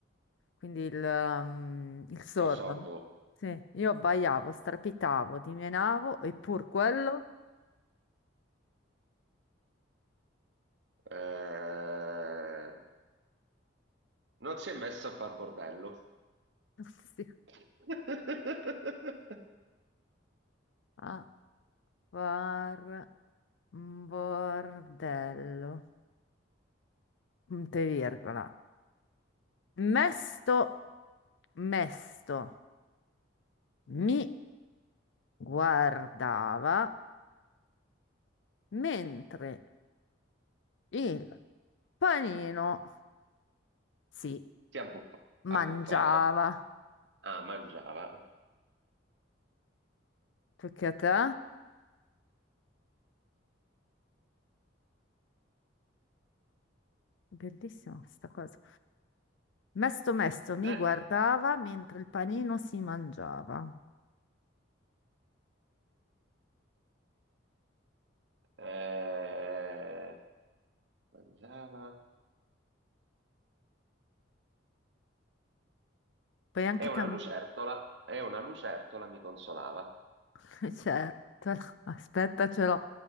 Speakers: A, on the left (about 65°); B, on the right (about 60°).
A: Quindi il, um, il sordo,
B: sì, sordo.
A: no? Sì, io abbaiavo, strepitavo, dimenavo, eppur quello,
B: Eh, non si è messo a far bordello.
A: <laughs> sì,
B: <laughs>
A: a var, bordello, punto e virgola, mesto, mesto, mi guardava mentre il panino si
B: Si abbuffa, abbuffava.
A: mangiava.
B: Ah, mangiava.
A: Perché a te? Bellissima questa cosa. Mesto mesto mi
B: Ne-
A: guardava mentre il panino si mangiava.
B: eh, mangiava.
A: Puoi anche
B: È una
A: cambiare,
B: lucertola, è una lucertola, mi consolava.
A: <laughs> certo. Aspetta, ce l'ho.